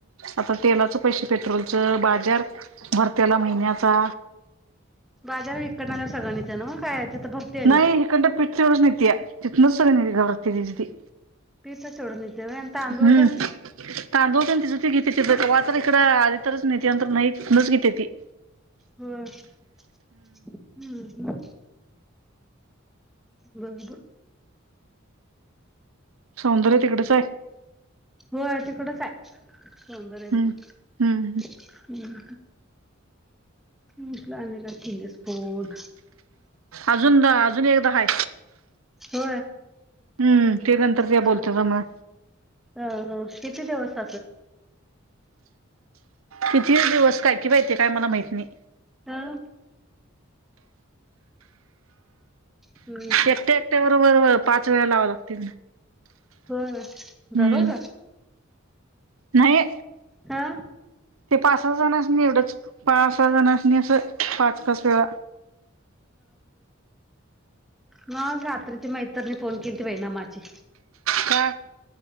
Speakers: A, on the right; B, in the centre.
A: आता तेलाचं पैसे, पेट्रोलचं, बाजार भरत्याला महिन्याचा?
B: बाजार विकणा्या सगळनीच नव्ह काय तिथं भरते आणि
A: नाही हिकडंन पीठ एवढच नेतिया तिथनच सगळं घबरते तिची ती
B: गीता चोडून देेव एंत अंदु
A: हम्म
B: उटन
A: तांदूळ पण घेते त वा तर इकं आध तरच नाही तंतर नाही तच घेते ती
B: हा हम्म बब
A: सौंदर्य तिकडेच आहे
B: हो तिकडं काय सौंदर्य
A: हम्म
B: बी
A: हम्म
B: हम् मला आणिला हिलीसपोट
A: अजून अजून एकदा हाय
B: हो
A: हम्म ते नंतर ते
B: हम्
A: बोलते मला
B: अ हो किती दिवस
A: किती दिवस काय कि माहिती काय मला माहत नाही
B: हम हम्म
A: एकट्या एकट्या बरोबर पाच वेळा लावा लागते
B: हो बरोज
A: हम्म नाही
B: हा
A: ते पास हात जण निवडच पा सहा जणनी असं पाच तच वेळा
B: म रात्री त म इतरनी फोन केली ती बैनामाची
A: का